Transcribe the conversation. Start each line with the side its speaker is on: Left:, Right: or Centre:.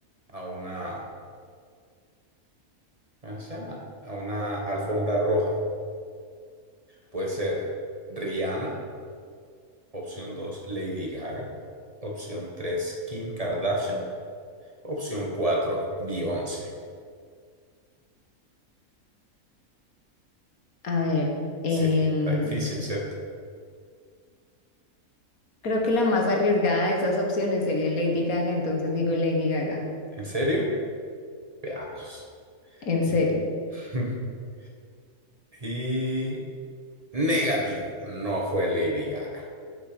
Right: a una, ¿cómo se llama? A una alfombra roja. Puede ser Rihanna, opción 2 Lady Gaga, opción 3 Kim Kardashian, opción 4 Beyoncé.
Left: a ver, em,
Right: Sí, está difícil, ¿cierto?
Left: creo que la más arriesgada de esas opciones sería Lady Gaga, entonces digo Lady Gaga.
Right: ¿En serio? Veamos.
Left: En serio.
Right: <laughs> Y negativo, no fue Lady Gaga.